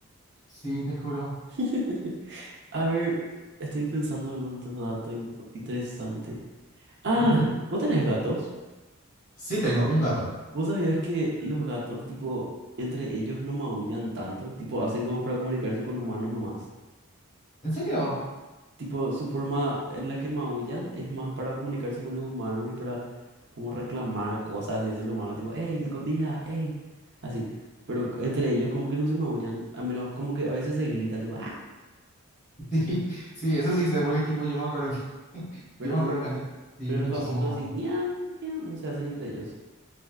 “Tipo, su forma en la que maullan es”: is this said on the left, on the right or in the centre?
Right